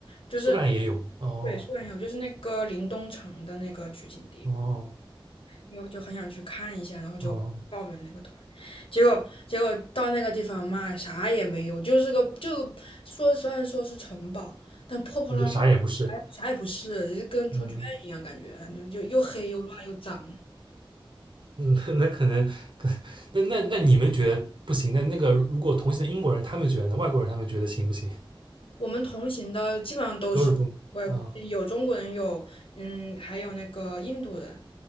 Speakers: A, on the left (about 75°); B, on the right (about 60°).
A: 就是
B: 苏格兰也有。哦
A: 对苏格兰有就是那个林东城的那个取景地。
B: 哦
A: 因为我就很想去看一下，然后就报名那个团，
B: 哦，
A: 结果结果到那个地方嘛，啥也没有，就是个就说虽然说是城堡，但破破烂烂，
B: 那就啥也不是。
A: 啥啥也不是，就是跟猪圈一样，
B: 嗯
A: 感觉就就又黑又乱又脏。
B: 嗯，<laughs> 那那可能，可那那那你们觉得不行？那那个如果同行的英国人他们觉得呢？外国人他们觉得行不行？
A: 我们同行的基本上都是外国，
B: 都是中啊，哦
A: 有中国人，有嗯，还有那个印度人，